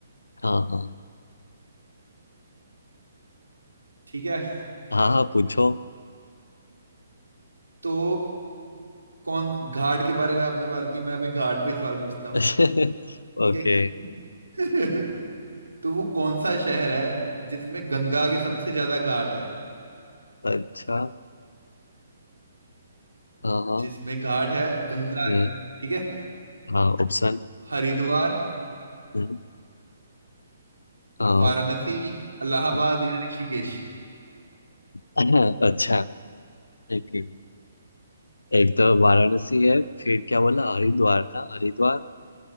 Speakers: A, on the left; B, on the right.
A: हाँ हाँ
B: ठीक है
A: हाँ हाँ पूछो
B: तो कौन घाट के बारे में आपने बात की मैं अभी घाट पे सवाल पूछता हूँ
A: <laughs>
B: ठीक
A: ओके
B: है <laughs> तो वो कौन सा शहर है जिसमें गंगा के सबसे ज्यादा घाट है
A: अच्छा हाँ हाँ
B: जिसमें घाट है गंगा
A: हम्म,
B: के ठीक है
A: हाँ ऑप्शन
B: हरिद्वार
A: हम्म, हाँ
B: वाराणसी इलाहाबाद
A: हम्म,
B: या ऋषिकेश
A: <clears throat> <laughs> अच्छा एक एक तो वाराणसी है फिर क्या बोला हरिद्वार ना हरिद्वार